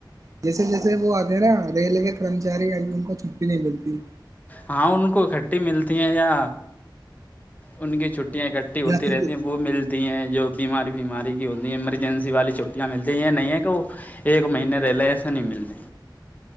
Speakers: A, on the right; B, on the left.
A: جیسے جیسے وہ آتے ہیں نا ریلوے کے کرمچاری اب ان کو چھٹی نہیں ملتی
B: ہاں ان کو کھٹی ملتی ہیں یا ان کی چھٹیاں اکٹھی ہوتی
A: یا پھر
B: رہتی ہیں وہ ملتی ہیں جو بیماری بیماری کی ہوتی ہے ایمرجنسی والی چھٹیاں ملتی ہیں یہ نہیں ہے کہ وہ ایک مہینے رہ لے ایسے نہیں ملتے